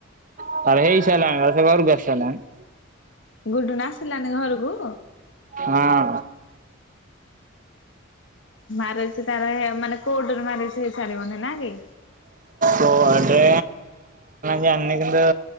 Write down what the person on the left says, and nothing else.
ଗୁଡୁନ ଆସିଲାନି ଘରକୁ?
ମାରେଜ୍ ତାର ମାନେ କୋଟରେ ମାରେଜ ହେଇ ହେଇସାରି ବନି ନା କି?